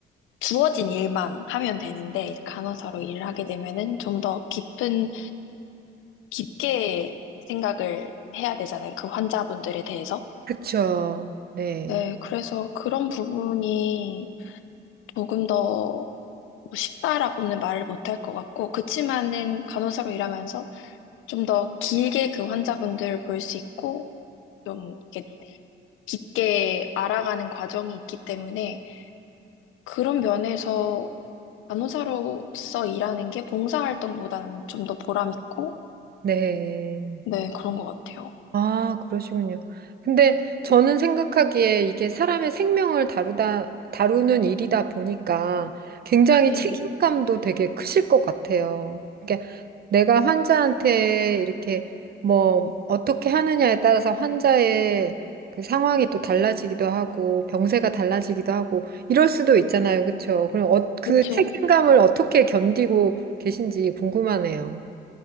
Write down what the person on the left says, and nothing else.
주어진 일만 하면 되는데 이제 간호사로 일을 하게 되면은 좀 더 깊은 깊게 생각을 해야 되잖아요. 그 환자분들에 대해서.
네, 그래서 그런 부분이 조금 더 뭐 쉽다라고는 말을 못할 것 같고 그치만은 간호사로 일하면서 좀 더 길게 그 환자분들을 볼 수 있고, 좀 이렇게 깊게 알아가는 과정이 있기 때문에 그런 면에서 간호사로서 일하는 게 봉사활동보다는 좀 더 보람 있고,
네, 그런 것 같아요.
네.
그렇죠.